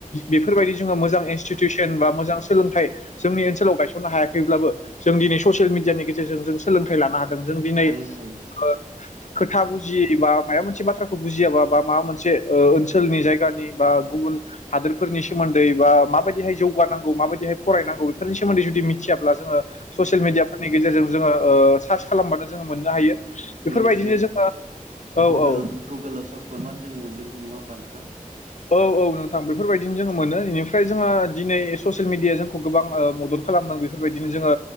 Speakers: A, on the left (about 55°); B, on the right (about 65°).
A: बेफोरबायदि जोङो मोजां इनस्टिटिउसन बा मोजां सोलोंथाइ जोंनि ओनसोलाव गायसननो हायाखैब्लाबो जों दिनै ससियेल मिडियानि गेजेरजों जों सोलोंथाइ लानो हा जों-जों दिनै
B: हायो
A: ओ
B: हायो
A: खोथा बुजि बा माबा मोनसे बाथ्रा बुजियाबा बा माबा मोनसे ओ ओनसोलनि जायगानि बा गुबुन हादोरफोरनि सोमोन्दै बा माबायदिहाय जौगानांगौ माबायदिहाय फरायनांगौ बेफोरनि सोमोन्दै जुदि मिथियाब्ला जोङो। ससियेल मिडियाफोरनि गेजेरजों जोङो ओ सार्च खालामबानो जोङो मोननो हायो। बेफोरबायदिनो
B: लोगोसे
A: जोङो औ
B: गुगोल
A: औ
B: गुगोलाव सार्च खालामबानो जों मोनजोबो नङा होमबा नों
A: औ-औ नोंथां बेफोरबायदिनो जोङो
B: औ
A: मोनो इनिफ्राय जोङो दिनै ससियेल मिडिया जोंखौ गोबां ओ मदद खालामदों बेफोरबायदिनो जोङो